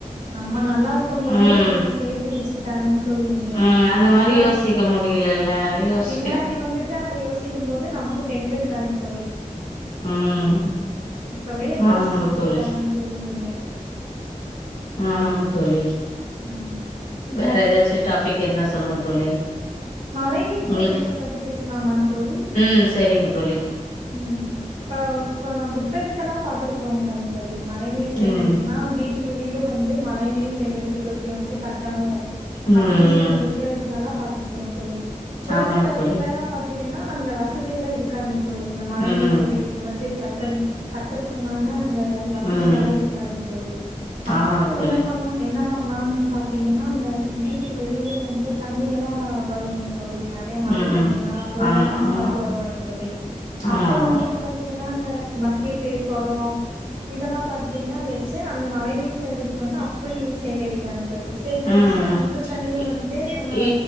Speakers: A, on the right; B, on the left.
A: நம்ம நல்லா இருக்கும் போதே
B: ம்
A: சேர்த்து வச்சுக்கிட்டாங்க தோழி இல்லை
B: ம் அந்த
A: நம்ம
B: மாரி யோசிக்க முடியலல்ல அது யோசிக்கிறே
A: பின்னாடி வந்து ட அத யோசிக்கு போது நமக்கு தெம்பு இருக்காதுங் தோழி
B: ம்
A: இப்பவே
B: ஆமாங்க
A: யோச்சி வச்சி
B: தோழி
A: கிட்டாதா தோழி உண்டு
B: ஆமாங்க தோழி
A: ம்
B: வேற ஏதாச்சி டாபிக் இருந்தா சொல்லுங்க தோழி
A: மழைநீீர்
B: உங்களுக்கு
A: சேகரிப்பு பத்தி பேசலாமா தோழி
B: ம் சரிங்க தோழி
A: ம் இப்ப இப்ப நம்ப புத்தகத்தெல்லா பாத்து இருப்போங்களே தோழி மழை நீர் சேகரிப்புனா
B: ம்
A: வீட்டு இந்த வீடு வந்து மழை நீர் சேகரிப்பு தொட்டி வந்து கட்டணு
B: ம் ம்
A: அப்டின்னு சொல்லி புத்தகத்துலாலா பாத்து இருப்போ தோழி ஒரு
B: ஆமாங்க
A: சில
B: தோழி
A: வீட்லல்லா பாத்தீங்கன்னா அந்த வசதி எல்லா இருக்காதுங்க தோழி இந்த மழைநீர்
B: ம் ம்
A: சேகரிப்பு வந்து கட்ற கட்டுறக்குன்னான அந்த வசதிகள்லா
B: ம்
A: இருக்காதுன்னு தோழி அப்ப
B: ஆமாங்க
A: நம்ம
B: தோழி
A: என்ன பண்ண என்ன பண்ணலாம்னு பாத்தீங்கன்னா அந்த வீட்டுக்கு வெளியே வந்து தண்ணி எல்லா வரு இல்லைங் தோழி நிறையா மழ
B: ம்
A: தண்ணீர்
B: ம்
A: எல்லா ஒரு
B: ஆமா
A: இடமா
B: ஆமா
A: பாத்து வரு இல்லைங் தோழி
B: ஆமா
A: அப்ப
B: ஆமா
A: வந்துட்டு பாத்தீங்கன்னா இந்த பக்கெட்டு கொடோ இதெல்லா பாத்தீங்கன்னா வச்சி அந்த மழ நீீர் சேகரிப்பு வந்து அப்டி சேகரி ப்பாங்க தோழி சேகரிச்சி
B: ம்
A: அந்த தண்ணிய
B: இ
A: வண்ட்டு நம்ம
B: இ